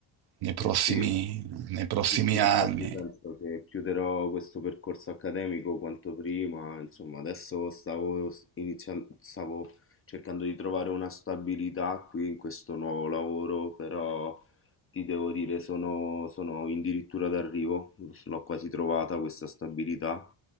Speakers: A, on the right (about 55°); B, on the left (about 30°).
A: nei prossimi,
B: eh sì.
A: nei prossimi
B: Sì, sì, infatti
A: anni.
B: penso che chiuderò questo percorso accademico quanto prima, insomma, adesso stavo s- iniziando, stavo cercando di trovare una stabilità qui in questo nuovo lavoro, però ti devo dire, sono, sono addirittura d'arrivo, l'ho quasi trovata questa stabilità